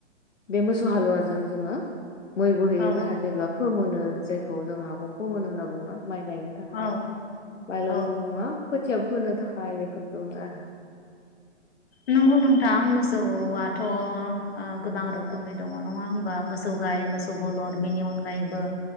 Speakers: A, on the left; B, on the left.
A: बे मोसौ हालुवाजों जोङो मैबो होयो
B: औ
A: ना जेब्ला फोमोनो जायखौ जों हाखौ फोमोनो होनना बुङो ना माइ गायनो थाखाय
B: औ
A: माइल
B: औ
A: न नङा खोथियाब फोनो थाखाय बेफोरफोरखौ आरो
B: नंगौ नोंथां मोसौआथ ओ गोबां रोखोमनि
A: औ
B: दङ नङा होम बा मोसौ गाय मोसौ बलद बिनि अनगायैबो